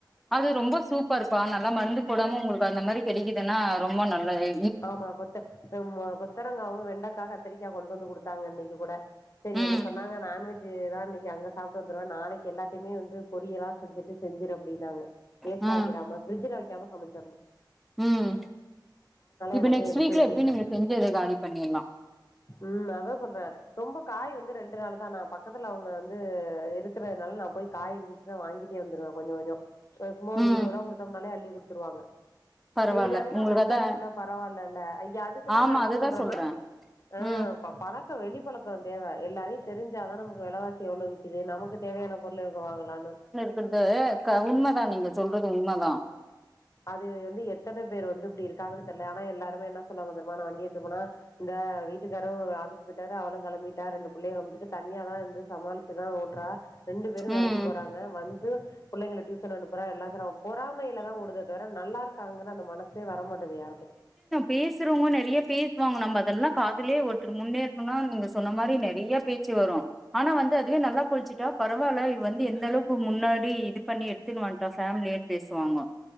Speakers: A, in the centre; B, on the left.
A: அது ரொம்ப சூப்பர்ப்பா நல்லா மருந்து போடாம உங்களுக்கு அந்த மாரி கெடைக்குதுன்னா ரொம்ப நல்லாவே
B: ஆமா பொத்த ம் மா பொ கத்தரங்காவு வெண்டக்கா கத்திரிக்கா கொண்டு வந்து குடுத்தாங்க இன்னைக்கு கூட சரி
A: ம்
B: இவங்க சொன்னாங்க நான்வெஜ் இதேதா அன்னைக்கு அங்க சாப்ட்டு வந்துடுவே நாளைக்கு எல்லாத்தையுமே வந்து பொரியலா செஞ்சுட்டு செஞ்சுடு அப்டின்னாங்க வேஸ்டாக்கிராம
A: ம்
B: ஃபிரிட்ஜில வக்காம சமச்சடணு
A: ம் இப்ப
B: எல்லாத்தையும்
A: நெக்ஸ்ட்டு
B: எடுத்து
A: வீக்ல
B: வச்சிருக்கேன்
A: எப்டி நீங்க செஞ்சத காலி பண்ணிடலா
B: ம் அதா சொல்றே ரொம்ப காய் வந்து ரெண்டு நாளுதா நா பக்கத்துல அவங்க வந்து இருக்கறதுனால நா போய் காய் இருந்துச்சுன்னா வாங்கிட்டே வந்துருவே கொஞ்ச கொஞ்ச சும்மா ஒரு
A: ம்
B: இருவது ரூபா குடுத்தோம்னாலே அள்ளி குடுத்துருவாங்க
A: பரவால்ல
B: இ அதுனா
A: உங்களுக்கு
B: ஃப்ரஷ்
A: அதா
B: பரவால்லல்ல ஐய அதுக்கு தா
A: ஆமா
B: நா என்னா
A: அதுதா
B: சொல்றேன்னா
A: சொல்ற
B: ஆ
A: ம்
B: இப்ப பழக்க வெளிப்பழக்க தேவை எல்லாரையு தெரிஞ்சாதா நமக்கு வெலைவாசி எவ்ளோ விக் கிது நமக்கு தேவையான பொருள இங்க வாங்கலான்னு
A: கிறது க உண்மதா நீங்க சொல்றது உண்மதா
B: அது வந்து எத்தன பேர் வந்து இப்டி இருக்காங்கனு தெரில ஆனா எல்லாருமே என்ன சொல்லுவாங்க தெருமா நா வண்டி எடுத்து போனா இந்தா வீட்டுக்காரு ஆவிசு போயிட்டாரு அவளு கெளம்பிட்டா ரெண்டு பிள்ளைய அமிச்சிட்டு தனியா தா இருந்து சமாளிச்சுதா ஓட்றா ரெண்டு பேரு வேலைக்கு
A: ம்
B: போறாங்க வந்து புள்ளங்கள டியூசன் அனுப்புறா எல்லா கிறா பொறாமையில தா ஓடுது நல்லா இருக்காங்கன்னா அந்த மனசே வர மாட்டது யாருக்கு
A: பேசுறவங்கோ நெறைய பேசுவாங்க நம்ப அதல்லா காதுலே ஒருத்தரு முன்னேறணும்னா நீங்க சொன்ன மாரி நெறைய பேச்சு வரு ஆனா வந்து அதுவே நல்லா பொழச்சுட்டா பரவால்ல இவ வந்து எந்தளவுக்கு முன்னாடி இது பண்ணி எத் துனி வண்டா ஃபேமிலியே பேசுவாங்கோ